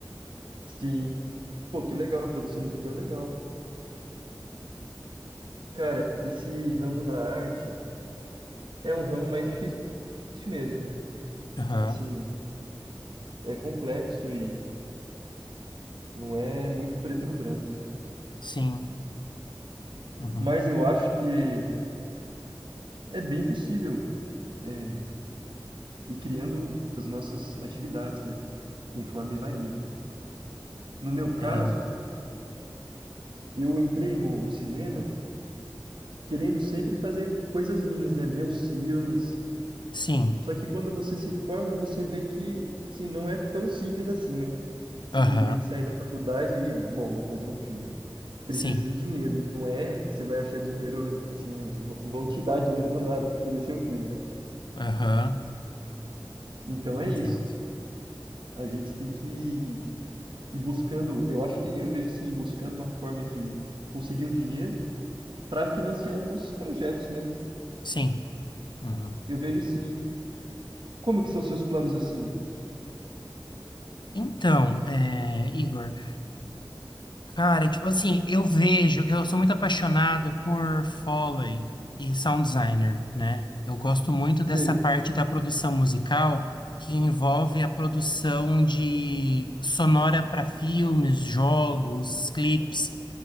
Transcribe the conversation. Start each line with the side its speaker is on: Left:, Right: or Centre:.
Right: Sim. Pô, que legal, a produção musical é legal. Cara, esse ramo da arte é um ramo mais difícil mesmo, né?
Left: Aham,
Right: Assim, é complexo e não é muito preto no branco, né?
Left: sim. Uhum.
Right: Mas eu acho que é bem possível é, ir criando as nossas atividades, né? Conforme vai indo. No meu caso,
Left: É,
Right: eu entrei no, no cinema querendo sempre fazer coisas minhas, né? Meus filmes,
Left: sim.
Right: Só que quando você se forma, você vê que, sim, não é tão simples assim, né? Simplesmente
Left: Aham,
Right: sair da faculdade e, bom, vou fazer um filme. né? Precisa
Left: sim.
Right: de dinheiro. E não é que você vai achar dinheiro, assim, não- v- vão te dar dinheiro do nada para fazer seu filme, né?
Left: Aham,
Right: Então
Left: entendo.
Right: é isso. A gente tem que ir buscando, eu acho que, eu vejo assim, ir buscando uma forma de conseguir um dinheiro para financiar nossos projetos, né?
Left: Sim. Uhum.
Right: Eu vejo assim. Como que são seus planos assim?
Left: Então, é, Igor. Cara, tipo assim, eu vejo, eu sou muito apaixonado por Foley e sound designer, né? Eu gosto muito dessa
Right: Sei,
Left: parte da produção musical que envolve a produção de sonora para filmes, jogos, clipes.